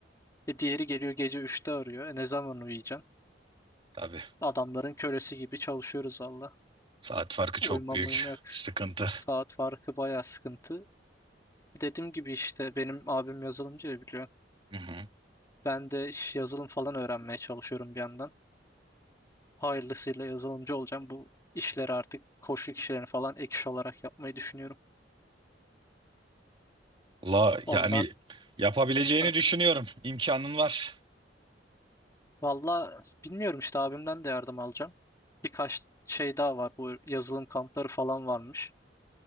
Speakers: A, on the left; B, on the right.
A: E diğeri geliyor gece üçte arıyor e ne zaman uyuyacaksın?
B: Tabii.
A: Adamların kölesi gibi çalışıyoruz valla.
B: Saat farkı çok
A: Uyumam
B: büyük
A: uyuma yok.
B: sıkıntı.
A: Saat farkı bayağı sıkıntı. Dediğim gibi işte benim abim yazılımcı ya biliyor.
B: Hı hı.
A: Ben de iş yazılım falan öğrenmeye çalışıyorum bir yandan. Hayırlısıyla yazılımcı olacağım. Bu işleri artık koçluk işlerini falan ek iş olarak yapmayı düşünüyorum.
B: La
A: Ondan
B: yani yapabileceğini
A: Aha.
B: düşünüyorum. İmkanın var.
A: valla bilmiyorum işte abimden de yardım alacağım. Birkaç şey daha var. Bu yazılım kampları falan varmış.